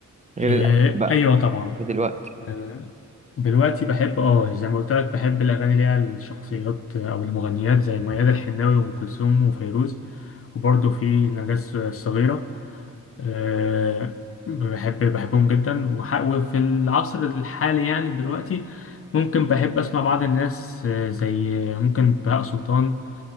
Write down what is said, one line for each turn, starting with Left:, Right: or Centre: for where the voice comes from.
Right: غير
Left: إيه.
Right: الاجنبي بقى
Left: ايوه طبعا
Right: دلوقتي
Left: آه، دلوقتي بحب اه زي ما قلت لك بحب الاغاني اللي هي الشخصيات آه، او المغنيات زي ميادة الحناوي وام كلثوم وفيروز وبرضه في نجاة الصغيرة أه بحب بحبهم جدا وح- وفي العصر الحالي يعني دلوقتي ممكن بحب اسمع بعض الناس آه، زي ممكن بهاء سلطان